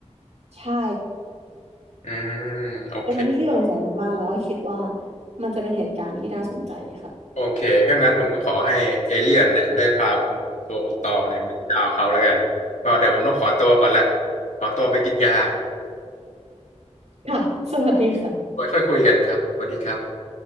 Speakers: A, on the right; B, on the left.
A: ใช่
B: อืมโอเค
A: ในครั้งที่ขี้สงสัยมากๆแล้วก็คิดว่ามันจะเป็นเหตุการณ์ที่น่าสนใจค่ะ
B: โอเคถ้างั้นผมก็ขอให้เอเลี่ยนเนี่ยได้พาคุณตัวคุณตองเนี่ยไปที่ดาวเขาแล้วกันก็เดี๋ยวผมต้องขอตัวก่อนละขอตัวไปกินยา
A: ค่ะสวัสดีค่ะ
B: ไว้ค่อยคุยกันครับสวัสดีครับ